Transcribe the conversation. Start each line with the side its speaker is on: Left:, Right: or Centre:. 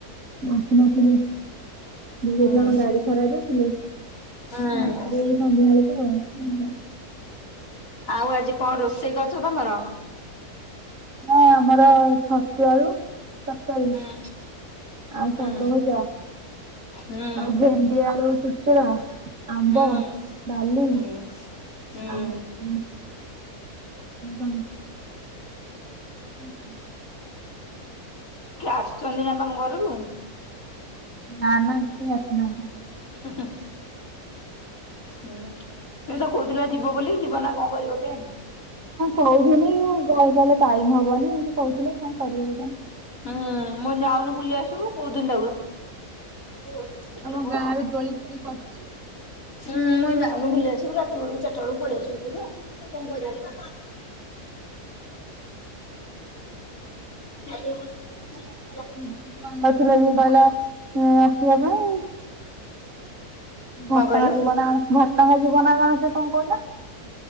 Right: ମୁଁ ଆସି ନଥିଲି। <unintelligible> ଥିଲା
Left: ହୁଁ
Right: କଣ ଗାଡି ଖରାପ ହେଇଥିଲେ।
Left: ହୁଁ।
Right: ଆସିବେ ଏ ସନ୍ଧ୍ୟାବେଳକୁ ଆଉ।
Left: ଆଉ ଆଜି କଣ ରୋଷେଇ କରିଛ ତମର?
Right: ନା ଆମର ଛତୁ ଆଳୁ ତରକାରି
Left: ହୁଁ
Right: ଆଉ
Left: ହୁଁ
Right: ସାଗ ଭଜା।
Left: ହୁଁ
Right: ଆଉ ଭେଣ୍ଡି ଆଳୁ ଚୁଚୁରା ଆମ୍ବ
Left: ହୁଁ
Right: ଡାଲି
Left: ହୁଁ। ହୁଁ।
Right: ଆଉ କଣ? ହୁଁ ହୁଁ।
Left: କିଏ ଆସୁଛନ୍ତି ନା ତମ ଘରକୁ?
Right: ନା ନା ସେ ଆସିନାହାନ୍ତି।
Left: ହି ହୀ। ହୁଁ ଏ ତ କହୁଥିଲା ଯିବ ବୋଲି ଯିବ ନା କଣ କରିବ କେଇଜାଣି।
Right: ହଁ କହୁଥିଲି ଘରେ କହିଲେ ଟାଇମ ହବନି ଏମତି କହୁଥିଲେ କଣ କରିବେ କେଜାଣି।
Left: ହୁଁ ମୁଁ କହିଲି ଯାଉନୁ ବୁଲିଆସିବୁ କହୁଥିନି ତାକୁ। ହ ଏ
Right: ଆମ
Left: ବ
Right: ଗାଁରେ ଦୋଳି ଫୋଳି ପଡିଚି
Left: ହୁଁ ଯା ମୁୁ କହିଲି ବୁଲିଆସିବୁ ରାତି ବେଳକୁ ଚାରି ବେଳକୁଳ ଆସୁ ବ କଣ କରିବା ହୁ। ଆ
Right: <unintelligible> ଥିଲେ ବି ଭଲ। ଆସିବା ପାଇଁ ଘଟଗାଁ
Left: କଣ କହିଲୁ?
Right: ଯିବ ନା ଘଟଗାଁ ଯୀବ ନା କଣ ସେ କଣ କହିଲା।